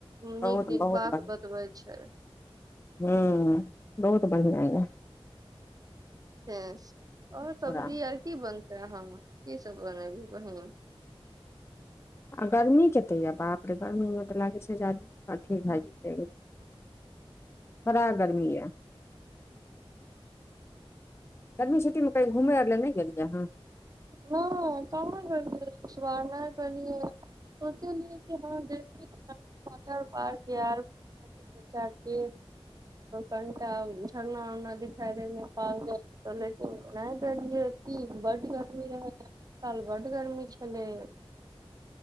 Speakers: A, on the right; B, on the left.
A: नीक
B: बहुत
A: नीक
B: बहुत
A: बात
B: बढ़िआँ
A: बतबै छै
B: हूँ बहुत बढ़िआँ यऽ
A: आओर सब्जी
B: पूरा
A: आर की बनत हँ क सब बनाबी कह
B: आ गर्मी कतेक यए बाप रे गर्मीमे तऽ लागै छै जे आदमी अथी भए जेतै बड़ा गर्मी य गर्मी छु्टीमे की घुमै आर ल नहि गेलियैहाँ
A: न कहां करिय सुवारना करयै सोचे कि ह देखबै वाटर पार्क य घ बच्चा के कनिटा झरना उरना दिखाई दे मे प जा चले नहि ग कि बढ़िआ साल बड गर्मी छलै